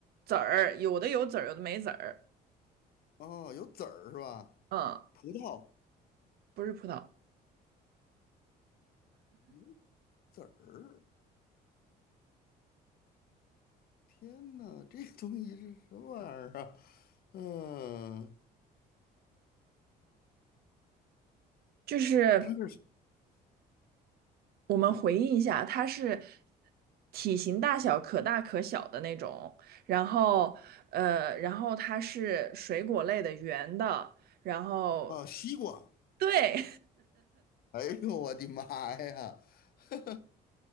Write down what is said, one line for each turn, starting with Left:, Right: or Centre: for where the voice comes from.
Right: 籽儿，有的有籽儿，有的没籽儿。
Left: 哦，有籽儿是吧？
Right: 嗯，
Left: 葡萄
Right: 不是葡萄，
Left: 有籽儿，天呐，这个东西是什么玩意儿啊？嗯、
Right: 就是
Left: 它是
Right: 我们回忆一下，它是体型大小可大可小的那种，然后呃，然后它是水果类的，圆的，然后
Left: 啊，西瓜。
Right: 对
Left: 哎呦，我的妈呀！<laughs>